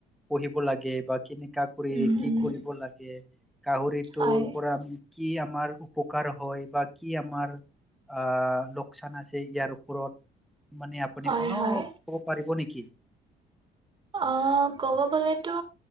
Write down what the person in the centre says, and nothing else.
পঢ়িব লাগে বা কেনেকা কৰি
কি
কৰিব লাগে। গাহৰি তোৰ
পৰা আমি কি আমাৰ উপকাৰ হয় বা কি আমাৰ, আহ লোকচান আছে ইয়াৰ ওপৰত, মানে আপুনি
অলপ
ক'ব পাৰিব নেকি?